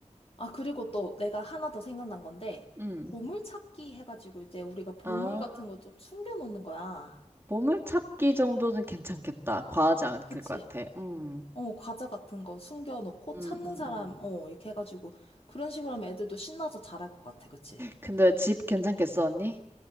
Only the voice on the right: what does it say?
음.
아,
보물찾기 정도는 괜찮겠다. 과하지 않을
것 같아. 음.
음,
음,
음.
근데 집 괜찮겠어, 언니?